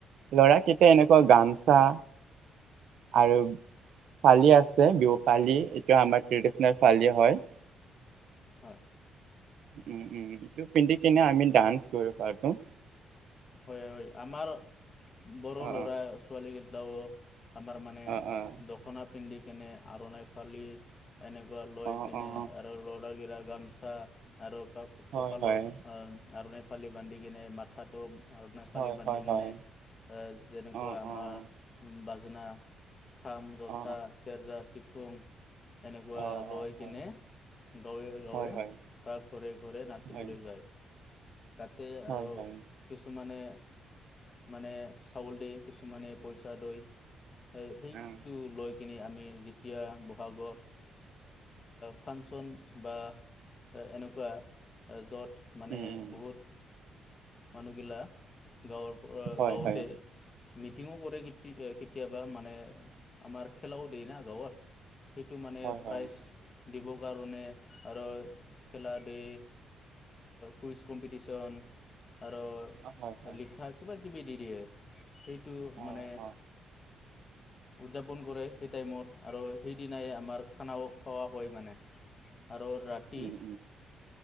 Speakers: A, on the right (about 70°); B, on the left (about 35°).
A: লৰাক কেইটা এনেকুৱা গামচা আৰু পালি আছে বিহু পালি এইটো আমাৰ ট্ৰেডিচনেল ফালি হয়।
B: হয়।
A: উম উম ইটো পিন্ধি কিনে আমি ডান্স কৰো কৰা'তো।
B: হয় হয় হয়। আমাৰ ব'ড়
A: অ
B: ল'ৰা- ছোৱালী কেটাও আমাৰ মানে
A: অ অ অ
B: দখনা পিন্ধি কেনে আৰ নাইফালি এনেকুৱা লৈ
A: অঁ
B: কিনে
A: অঁ
B: আৰু ল'ৰা গিলা গামচা আৰু ক
A: হয়
B: কঁকালত
A: হয়
B: আৰণ ফালি বান্ধি কিনে মাথাটো মণ ফালি
A: হয়
B: বান্ধি
A: হয়
B: কিনে
A: হয়
B: যেনেকুৱা
A: অঁ
B: আমাৰ
A: অঁ
B: বাজনা খাম, জোথা,
A: অঁ
B: চেৰজা, চিফুং এনেকুৱা
A: অঁ অঁ
B: লৈ কেনে
A: অঁ
B: গাঁৱে, গাঁৱে
A: হয় হয়
B: বা ঘৰে ঘৰে নাচিবলৈ
A: হয়
B: যায়। তাতে
A: হয়
B: আৰু
A: হয় হয়
B: মে মানে চাউল, দিয়ে কিছুমানে পইচা দৈ সেইটো
A: অ
B: লৈ কিনি আমি যেতিয়া বহাগত ফাংচন বা এনেকুৱা য'ত মানে
A: উম উম
B: বহুত মানুহগিলা গাঁৱৰ, পৰা
A: হয়
B: গাঁৱতে
A: হয়
B: মিটিঙো কৰে কেতিয়াবা মানে আমাৰ খেলাও দিয় না গাঁৱত সেইটো মানে
A: হয়
B: প্ৰাইজ
A: হয়
B: দিবৰ কাৰণে আৰু খেলা দি কুইজ কম্পিটিশ্যন, আৰু
A: অ হয় হয়
B: লিখা কিবাকিবি দি দিয়ে সেই টো
A: অঁ
B: মানে
A: অঁ
B: উদযাপন কৰে সেই টাইমত আৰু সেইদিনাই আমাৰ খানাও খোৱা হয় মানে। আৰু ৰাতি
A: হয়